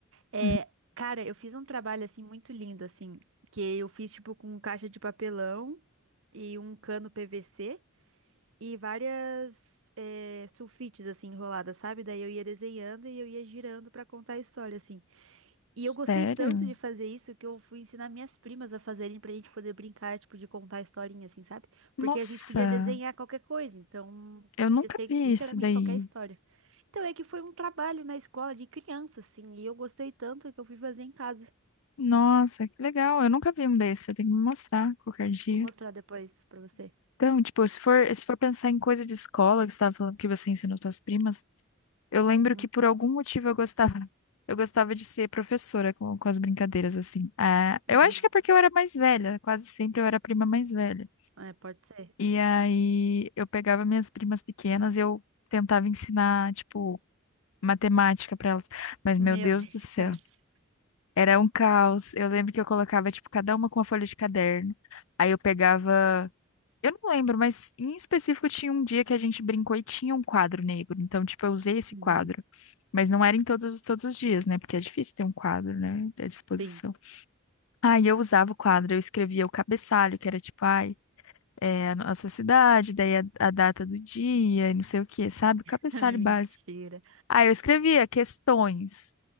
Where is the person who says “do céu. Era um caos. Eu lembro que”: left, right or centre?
Left